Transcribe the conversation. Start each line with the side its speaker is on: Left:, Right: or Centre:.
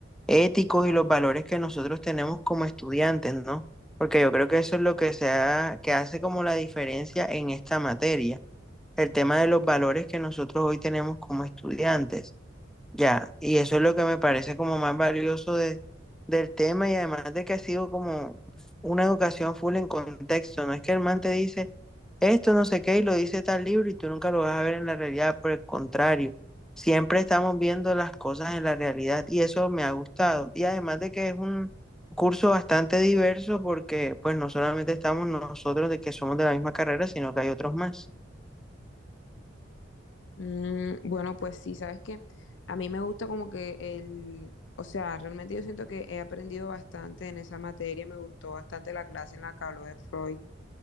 Centre: éticos y los valores que nosotros tenemos como estudiantes, ¿no? Porque yo creo que eso es lo que, se ha- que hace como la diferencia en esta materia, el tema de los valores que nosotros hoy tenemos como estudiantes. Ya, y eso es lo que me parece como más valioso de, del tema y además de que ha sido como una educación full en contexto, no es que el man te dice esto no sé qué y lo dice tal libro y tú nunca lo vas a ver en la realidad, por el contrario, siempre estamos viendo las cosas en la realidad y eso me ha gustado. Y además de que es un curso bastante diverso porque pues no solamente estamos nosotros de que somos de la misma carrera, sino que hay otros más.
Left: Mm, bueno, pues sí, sabes que a mí me gusta como que el, o sea, realmente yo siento que he aprendido bastante en esa materia, me gustó bastante la clase en la que habló de Freud.